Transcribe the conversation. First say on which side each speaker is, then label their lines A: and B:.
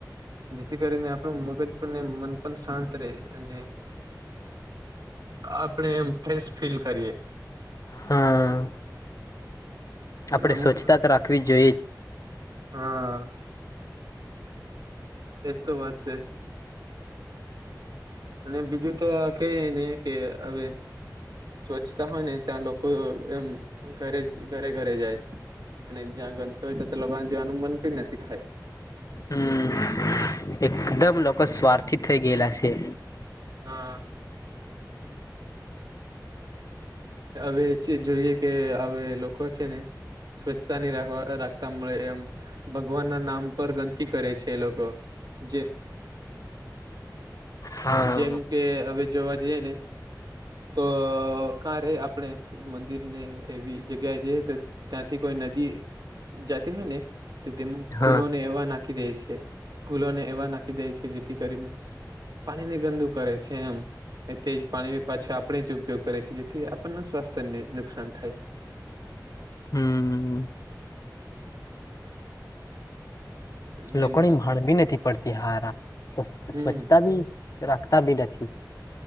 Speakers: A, on the right; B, on the left.
A: જેથી કરીને આપણું મગજ આપને મન પણ શાંત રહે અને આપણે એમ ફ્રેશ ફીલ કરીએ
B: હા. આપણે
A: અમુક
B: સ્વચ્છતા તો રાખવી જ જોઈએ.
A: હા. એજ તો વાત છે. અને બીજું તો કહી ને કે હવે સ્વચ્છતા હોય ને ત્યાં લોકો એમ ઘરે ઘરે ઘરે જાય અને જ્યાં ગંદકી હોય તો તો લોકોને જવાનું મન કોઈ નથી થાય
B: હમ્મ એકદમ લોકો સ્વાર્થી થઇ ગયેલા છે
A: હા. હવે જોઈએ કે હવે લોકો છે ને સ્વચ્છતા ની રાખવા રાખતા મળે એમ ભગવાન ના નામ પર ગંદકી કરે છે એ લોકો જે
B: હા
A: જેમ કે હવે જોવા જઈએ ને તો કા રે આપણે મંદિર ને એવી જગ્યા છે તો ત્યાંથી કોઈ નદી જતી હોય ને તો તેમ ફૂલોને
B: હા
A: એવા નાખી દે છે ફૂલોને એવા નાખી દે છે જેથી કરીને પાણી ની ગંદુ કરે છે એમ એ તેજ પાણી પાછા આપણે જ ઉપયોગ કરે છીએ જેથી આપણને સ્વાસ્થ્યને નુકસાન થાય
B: હમ્મ હમ્મ.
A: ને
B: લોકોની હણ ભી નથી પડતી હારા સ્વચ્છતા
A: હમ
B: બી રાખતા બી નથી.